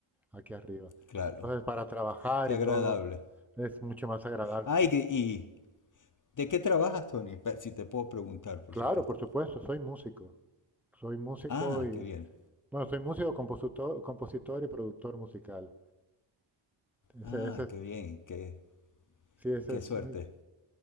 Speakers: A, in the centre; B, on the left.
A: aquí arriba.
B: Claro,
A: Entonces, para trabajar
B: qué
A: y
B: agradable.
A: todo es mucho más agradable.
B: Ah, y, y ¿de qué trabajas, Tony? Pe- Si te puedo preguntar, por
A: Claro,
B: supuesto.
A: por supuesto, soy músico. Soy músico
B: Ah,
A: y,
B: qué bien.
A: bueno, soy músico, compositor, compositor y productor musical. Ese,
B: Ah,
A: ese es,
B: qué bien, qué,
A: sí, ese
B: qué
A: es
B: suerte.
A: mi,